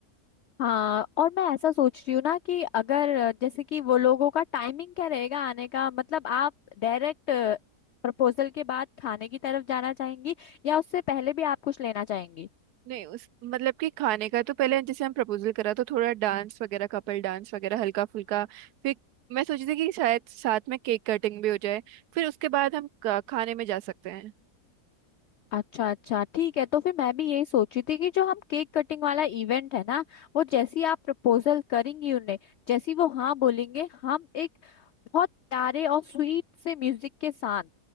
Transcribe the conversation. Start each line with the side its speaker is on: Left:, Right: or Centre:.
Left: हाँ और मैं ऐसा सोच रही हूँ ना कि अगर अ, जैसे कि वो लोगों का टाइमिंग क्या रहेगा आने का मतलब आप डायरेक्ट प्रपोजल के बाद खाने की तरफ जाना चाहेंगी या उससे पहले भी आप कुछ लेना चाहेंगी
Right: नहीं उस मतलब कि खाने का तो पहले जैसे हम प्रपोजल करा तो थोड़ा डांस वगैरह कपल डांस वगैरह हल्का फुल्का फिर मैं सोची थी कि शायद साथ में केक कटिंग भी हो जाए फिर उसके बाद हम का- खाने में जा सकते हैं
Left: अच्छा अच्छा ठीक है तो फिर मैं भी यही सोची थी कि जो हम केक कटिंग वाला इवेंट है ना वो जैसी आप प्रपोजल करेंगी उन्हें जैसी वो हाँ बोलेंगे हम एक बहुत प्यारे और स्वीट से म्यूजिक के साथ